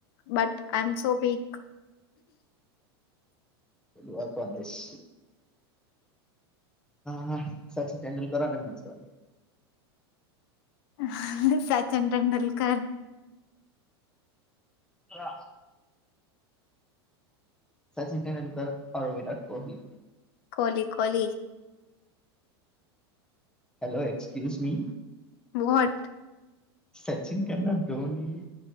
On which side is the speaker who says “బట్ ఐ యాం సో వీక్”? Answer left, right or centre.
Left